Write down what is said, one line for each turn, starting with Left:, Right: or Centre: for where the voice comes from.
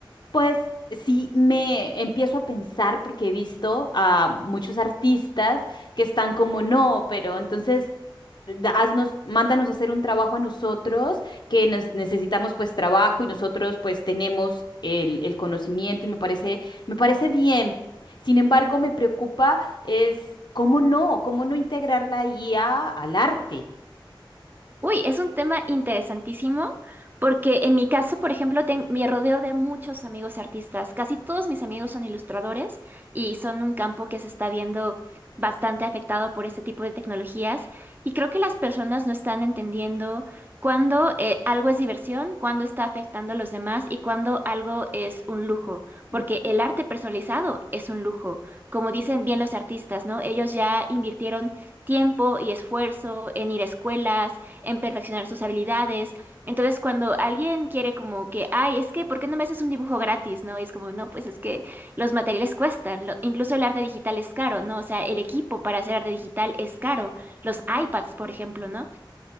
Left: Pues sí, me empiezo a pensar porque he visto a muchos artistas que están como, no, pero entonces da- haznos, mándanos a hacer un trabajo a nosotros, que nos necesitamos pues trabajo y nosotros pues tenemos el, el conocimiento y me parece, me parece bien. Sin embargo, me preocupa es cómo no, cómo no integrar la IA al arte.
Right: Uy, es un tema interesantísimo porque en mi caso, por ejemplo, ten- me rodeo de muchos amigos artistas. Casi todos mis amigos son ilustradores y son un campo que se está viendo bastante afectado por este tipo de tecnologías. Y creo que las personas no están entendiendo cuándo eh, algo es diversión, cuándo está afectando a los demás y cuándo algo es un lujo.
Left: Ujú,
Right: Porque el arte personalizado es un lujo. Como dicen bien los artistas, ¿no? Ellos ya invirtieron tiempo y esfuerzo en ir a escuelas en perfeccionar sus habilidades. Entonces, cuando alguien quiere como que, ay, es que, ¿por qué no me haces un dibujo gratis? ¿No? Y es como, no, pues es que los materiales cuestan, lo- incluso el arte digital es caro, ¿no? O sea, el equipo para hacer arte digital es caro, los
Left: ujú,
Right: iPads, por ejemplo, ¿no?